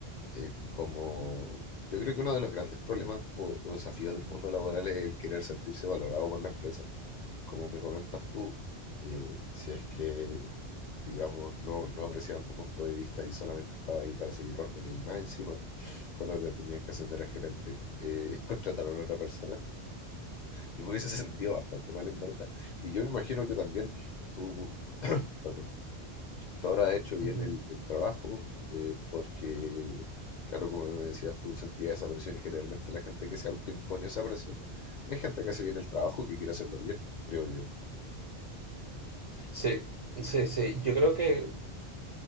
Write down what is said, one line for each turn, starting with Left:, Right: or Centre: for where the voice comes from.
Left: eh, como yo creo que uno de los grandes problemas o, o desafíos del mundo laboral es el querer sentirse valorado por la empresa. como me comentas tú, eh, si es que, digamos, no, no apreciaban tu punto de vista y solamente estaba ahí para seguir órdenes y más encima, cuando te tenían que ascender a gerente, eh, <laughs> contrataron a otra persona, yo me hubiese sentido bastante mal en verdad. Y yo me imagino que también tú, perdón, tú habrás hecho bien
Right: uh -huh.
Left: el, el trabajo eh, porque... Claro, como me decías, tú sentías esa presión y generalmente la gente que se autoimpone esa presión es gente que hace bien el trabajo, que quiere hacerlo bien, creo yo.
Right: sí, sí, sí, yo creo que,